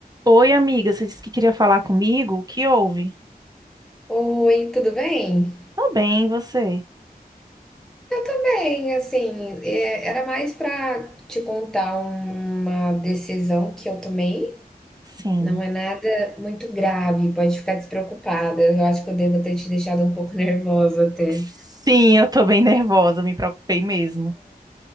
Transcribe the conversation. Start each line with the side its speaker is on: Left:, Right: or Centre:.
Right: Oi, amiga, você disse que queria falar comigo? O que houve?
Centre: Oi, tudo bem?
Right: Tô bem, e você?
Centre: Eu tô bem, assim, é, era mais pra te contar uma decisão que eu tomei.
Right: Sim.
Centre: Não é nada muito grave, pode ficar despreocupada. Eu acho que eu devo ter te deixado um pouco <laughs> nervosa até.
Right: Sim, eu tô bem nervosa, me preocupei mesmo.